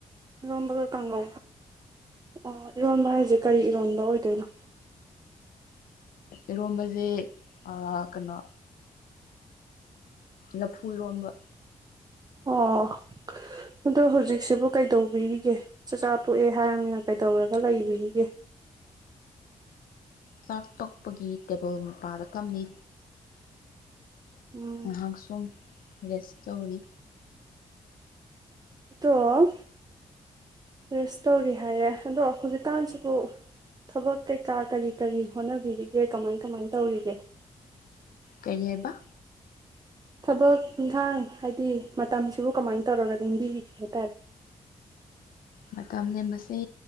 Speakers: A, on the right (about 25°); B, on the left (about 85°).
A: ꯝꯕꯒ ꯀꯕ ꯑꯣ ꯏꯔꯣꯟꯕ ꯍꯥꯏꯁꯦ ꯀꯔꯤ ꯏꯔꯣꯟꯕ ꯑꯣꯏꯗꯦ ꯇꯅ
B: ꯏꯔꯣꯝꯕꯁꯦ ꯀꯩꯅꯣ ꯂꯐꯨ ꯏꯔꯣꯝꯕ
A: ꯑꯣ ꯑꯗꯣ ꯍꯧꯖꯤꯛꯁꯤꯕꯨ ꯀꯩꯗꯧꯕꯤꯔꯤꯒꯦ ꯆꯥꯛꯆꯥ ꯇꯣꯛꯑꯦ ꯍꯥꯏꯔꯃꯤꯅ ꯀꯩꯗꯧꯔꯒ ꯂꯩꯕꯤꯔꯤꯒꯦ
B: ꯆꯥꯛ ꯇꯛꯄꯒꯤ ꯇꯦꯕꯜ ꯃꯄꯥꯗ ꯀꯝꯅꯤ
A: ꯎꯝ
B: ꯉꯥꯏꯍꯥꯛ ꯁꯨꯝ ꯔꯦꯁ ꯇꯧꯔꯤ
A: ꯑꯣ ꯔꯦꯁ ꯇꯧꯔꯤ ꯍꯥꯏꯔꯦ ꯑꯗꯣ ꯍꯧꯖꯤꯛꯀꯥꯟꯁꯤꯕꯨ ꯊꯕꯛ ꯀꯩꯀꯥ ꯀꯔꯤ ꯀꯔꯤ ꯍꯣꯠꯅꯕꯤꯔꯤꯒꯦ ꯀꯃꯥꯏ ꯀꯃꯥꯏ ꯇꯧꯔꯤꯒꯦ
B: ꯀꯔꯤ ꯍꯥꯏꯕ
A: ꯊꯕꯛ ꯏꯪꯈꯥꯡ ꯍꯥꯏꯗꯤ ꯃꯇꯝꯁꯤꯕꯨ ꯀꯃꯥꯏꯅ ꯇꯧꯔꯒ ꯂꯦꯡꯕꯤꯕꯤꯒꯦ ꯍꯥꯏꯇꯥꯔꯦ
B: ꯃꯝꯅꯦꯁ ꯁꯤ